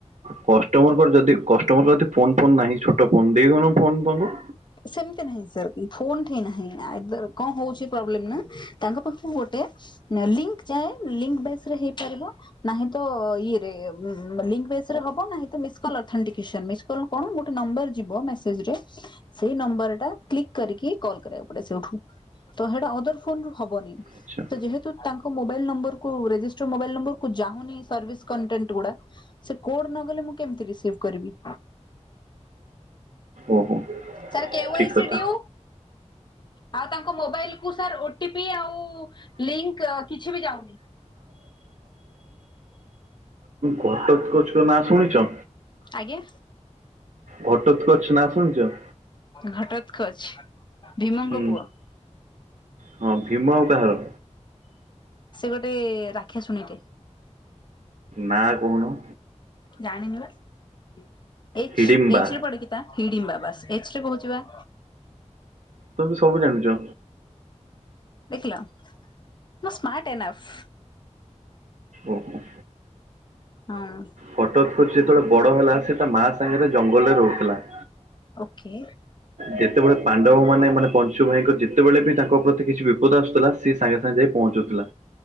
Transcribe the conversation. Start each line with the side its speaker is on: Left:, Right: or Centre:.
Right: କଷ୍ଟମରଙ୍କ ଯଦି କଷ୍ଟମର ଫୋନ୍ ଫୋନ୍ ନାହିଁ ଛୋଟ ଫୋନ୍ ଦେଇଦଉନ ଫୋନ୍ ତାଙ୍କୁ।
Left: ସେମିତି ନାହିଁ ସାର୍ ଫୋନ୍ ଠି ନାହିଁ ଆଇଦର କଣ ହଉଚି ପ୍ରୋବ୍ଲେମ୍ ନାଁ ତାଙ୍କ ପାଖରୁ ଗୋଟେ ନା ଲିଙ୍କ୍ ଯାଏ ଲିଙ୍କ୍ ବେସ୍ ରେ ହେଇପାରିବ। ନାହିଁ ତ ଇଏରେ ଲିଙ୍କ୍ ବେଶ୍ ରେ ହବ ନାହିଁ ତ ମିସ୍ କଲ୍ ଅର୍ଥନିକେଶନ୍ ମିସ୍ କଣ କଣ ଗୋଟେ ନମ୍ବର ଯିବ ମେସେଜ୍ ରେ ସେଇ ନମ୍ବର ଟା କ୍ଲିକ୍ କରିକି କଲ୍ କରିବାକୁ ପଡେ ସେଇଠୁ ତ ସେଟା ଅଦର ଫୋନ୍ ରୁ ହବନି।
Right: ଆଚ୍ଛା
Left: ତ ଯେହେତୁ ତାଙ୍କ ମୋବାଇଲ ନମ୍ବରକୁୁ ରେଜିଷ୍ଟର ମୋବାଇଲ ନମ୍ବର କୁ ଯାହୁନି ସର୍ଭିସ୍ କଣ୍ଟେଣ୍ଟ ଗୁଡା। ସେ କୋଡ୍ ନ ଗଲେ ମୁଁ କେମିତି ରିସିଭ୍ କରିବି।
Right: ଓହୋ
Left: ତାର କେଉଁ
Right: ଠିକ୍
Left: ଆଇସି
Right: କଥା
Left: ଡିଉ। ଆଉ ତାଙ୍କ ମୋବାଇଲ କୁ ସାର୍ ଓଟିପି ଆଉ ଲିଙ୍କ୍ କିଛି ବି ଯାଉନି।
Right: ଘଟତ୍ କୋଚ୍ ଙ୍କ ନାଁ ଶୁଣିଚ?
Left: ଆଜ୍ଞା।
Right: ଘଟତ୍ କୋଚ୍ ନା ଶୁଣିଚ?
Left: ଘଟତ୍ କୋଚ୍ ଭୀମଙ୍କ
Right: ହୁଁ
Left: ପୁଅ।
Right: ହଁ ଭୀମ ଆଉ କାହାର?
Left: ସେ ଗୋଟେ ରାକ୍ଷା ଶୁଣି ଟେ।
Right: ନାଁ କୁହୁନୁ?
Left: ଜାଣିନି ବା ହୁଁ ଏଚ୍
Right: ହିଡିମ୍ବା
Left: ଏଚ୍ ରେ ପଡେକି? ତା ହିଡିମ୍ବାବାସ୍ ଏଚ୍ ରେ କହୁଚିବା।
Right: ତୁମେ ସବୁ ଜାଣିଚ।
Left: ଦେଖିଲ ମୁଁ ସ୍ମାର୍ଟ ଏନାଫ୍।
Right: ଆଜ୍ଞା।
Left: <unintelligible>
Right: ବଟରସ୍କଚ୍ ଯେତେବେଳେ ବଡ଼ ହେଲା ସେ ତା ମା ସାଙ୍ଗରେ ଜଙ୍ଗଲରେ ରହୁଥିଲା।
Left: ଓକେ।
Right: ଯେତେବେଳେ ପାଣ୍ଡବ ମାନେ ମାନେ ପଞ୍ଚୁ ଭାଇଙ୍କ ଯେତେବେଳେ ବି ତାଙ୍କ ପ୍ରତି କିଛି ବିପଦ ଆସୁଥିଲା ସେ ସାଙ୍ଗେ ସାଙ୍ଗେ ଯାଇ ପହଞ୍ଚୁଥିଲା